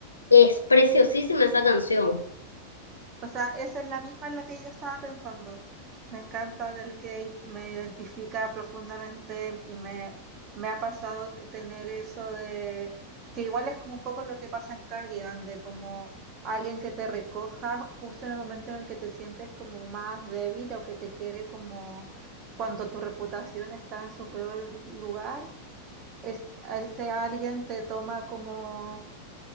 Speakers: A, on the left; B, on the right.
A: Es preciosísima esa canción.
B: O sea, esa es la misma en la que yo estaba pensando. Me encanta del Kate, me identifica profundamente y me, me ha pasado t- tener eso de que igual es como un poco lo que pasa en Cardigan, de como alguien que te recoja justo en el momento en el que te sientes como más débil o que te quiere como cuando tu reputación está en su peor lugar, es, a ese alguien te toma como